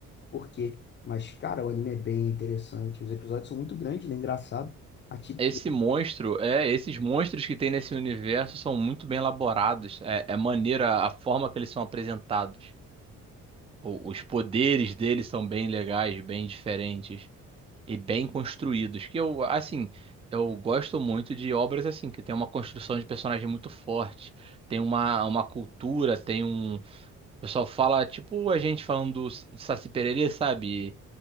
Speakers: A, on the left (about 40°); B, on the right (about 20°).
A: por quê. Mas, cara, o anime é bem interessante. Os episódios são muito grandes, né? Engraçado. Atípico
B: Esse monstro, é, esses monstros que tem nesse universo são muito bem elaborados. É, é maneira a forma que eles são apresentados. O- os poderes deles são bem legais, bem diferentes e bem construídos. Que eu, assim, eu gosto muito de obras assim, que tem uma construção de personagem muito forte, tem uma, uma cultura, tem um. O pessoal fala, tipo a gente falando do Saci Pererê, sabe?